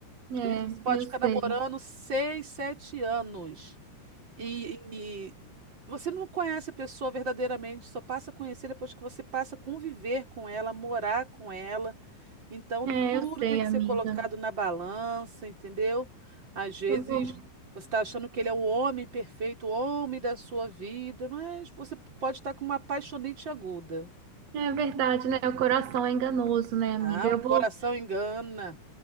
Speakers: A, on the right (about 60°); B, on the right (about 25°).
A: É,
B: Às vezes você pode
A: eu
B: ficar
A: sei.
B: namorando seis, sete anos e, e você não conhece a pessoa verdadeiramente, só passa a conhecer depois que você passa a conviver com ela, morar com ela. Então,
A: É,
B: tudo
A: eu sei,
B: tem que
A: amiga.
B: ser colocado na balança, entendeu? Às vezes,
A: Eu vou.
B: você está achando que ele é o homem perfeito, o homem da sua vida, mas você pode estar com uma apaixonite aguda.
A: É verdade, né? O coração é enganoso, né,
B: Ah,
A: amiga?
B: o
A: Eu
B: coração
A: vou.
B: engana,